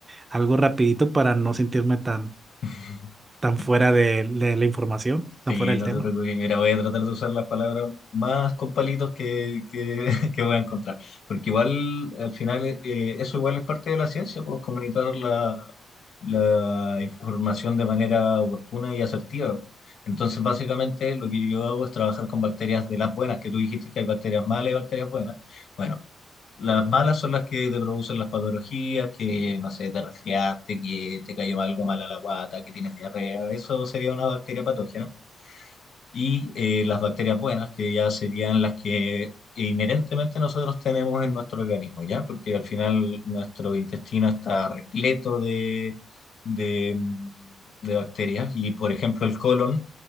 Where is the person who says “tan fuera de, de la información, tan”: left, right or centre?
Right